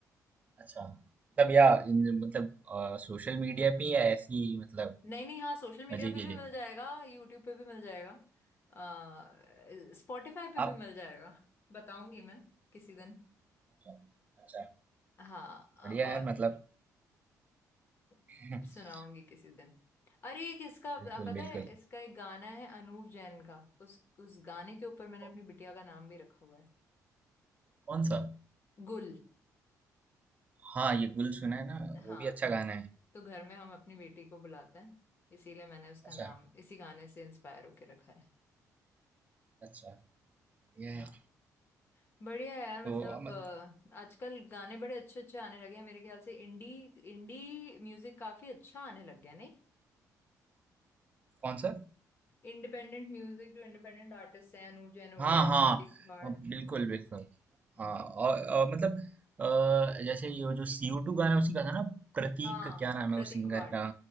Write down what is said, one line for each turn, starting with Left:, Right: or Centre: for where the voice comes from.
Right: अच्छा मतलब या इन मतलब सोशल मीडिया पे या ऐसी ही मतलब
Left: नहीं नहीं हाँ सोशल मीडिया
Right: मजे
Left: पे
Right: के
Left: भी
Right: लिए
Left: मिल जाएगा यूट्यूब पे भी मिल जाएगा आ, स्पॉटिफाई पे
Right: आप
Left: भी मिल जाएगा बताऊंगी मैं किसी दिन
Right: अच्छा अच्छा
Left: हाँ अ,
Right: बढ़िया
Left: और
Right: यार मतलब
Left: <laughs>
Right: <laughs>
Left: सुनाऊंगी किसी दिन अरे एक इसका अ,
Right: बिल्कुल
Left: पता
Right: बिल्कुल
Left: है इसका एक गाना है अनूप जैन का उस उस गाने के ऊपर मैंने
Right: कौ-
Left: अपनी बिटिया का नाम भी रखा हुआ है
Right: कौन सा
Left: गुल
Right: हाँ ये गुल सुना है ना
Left: हाँ
Right: वो भी अच्छा गाना है
Left: तो घर में हम अपनी बेटी को बुलाते हैं इसीलिए मैंने उसका
Right: अच्छा
Left: नाम इसी गाने से इंस्पायर होके रखा है
Right: अच्छा बढ़िया
Left: हाँ
Right: है
Left: बढ़िया है यार
Right: तो
Left: मतलब
Right: अ, मत-
Left: अ, आजकल गाने बड़े अच्छे अच्छे आने लगे हैं मेरे ख्याल से इंडी इंडी म्यूजिक काफी अच्छा आने लग गया नहीं
Right: कौन सा
Left: इंडिपेंडेंट म्यूजिक जो इंडिपेंडेंट आर्टिस्ट हैं अनूप जैन हो
Right: हाँ
Left: गया
Right: हाँ
Left: प्रतीक कुहाड़
Right: अ, बिल्कुल बिल्कुल
Left: हम्म
Right: हाँ और, और मतलब अ, जैसे ये जो सी ओ टू गाना है, उसी का था ना प्रतीक
Left: हाँ
Right: क्या नाम
Left: प्रतीक
Right: है उस सिंगर
Left: कुहाड़
Right: का